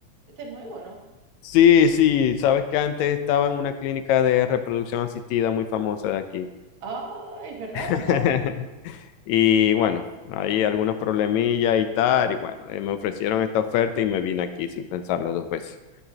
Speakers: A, on the right; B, on the left.
A: Este es nuevo, ¿no?
B: sí, sí, sabes que antes estaba en una clínica de reproducción asistida muy famosa de aquí.
A: Ah, es verdad,
B: <laughs>
A: es verdad.
B: Y bueno, hay algunos problemillas y tal, y bueno, eh, me ofrecieron esta oferta y me vine aquí sin pensarlo dos veces.